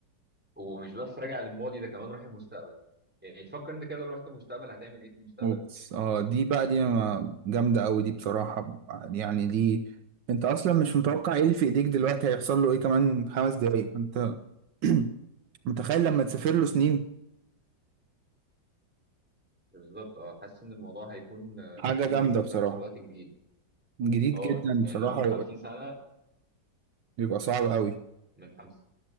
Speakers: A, in the centre; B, on the right.
A: ومش بس راجع للماضي ده كمان راح المستقبل يعني تفكر انت كده لو رحت المستقبل هتعمل ايه في المستقبل
B: اوبس اه دي بقى دي ما- جامدة اوي دي بصراحة يعني دي انت اصلا مش متوقع ايه اللي في ايديك دلوقتي هيحصل له ايه كمان خمس دقايق انت <clears throat> متخيل لما تسافر له سنين
A: بالظبط اه حاسس ان الموضوع هيكون آه،
B: حاجة
A: غريب
B: جامدة
A: وفي
B: بصراحة
A: نفس الوقت جديد
B: جديد
A: اه
B: جدا
A: يعني
B: بصراحة
A: هو من 50 سنة
B: بيبقى صعب اوي
A: من خمس